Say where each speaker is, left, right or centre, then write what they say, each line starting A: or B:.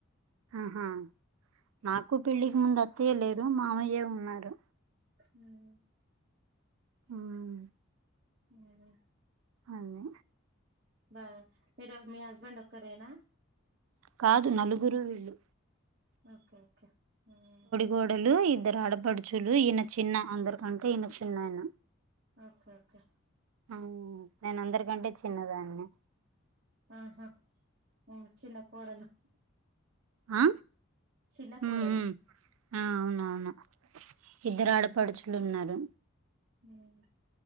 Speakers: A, on the right (about 80°); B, on the right (about 45°).
A: ఆహా నాకు పెళ్లికి ముందు అత్తయ్య లేరు మామయ్యే ఉన్నారు
B: ఉమ్
A: ఉమ్
B: నేనా
A: అదే
B: బాగ్ ఈరోజు మీ హస్బెండోక్కరేనా
A: కాదు నలుగురు వీళ్ళు
B: ఓకే ఓకే ఉమ్
A: కొడలు ఇద్దరు ఆడపడుచులు ఈయన చిన్న అందరికంటే ఈయన చిన్న ఆయన
B: ఓకే ఓకే
A: ఆ నేనందరికంటే చిన్నదాన్ని
B: ఆహా ఉమ్ చిన్న కోడలు
A: ఆ
B: చిన్న
A: ఉమ్
B: కోడలు
A: ఉమ్. ఆ అవునవును ఇద్దరు ఆడపడుచులున్నరు
B: ఉమ్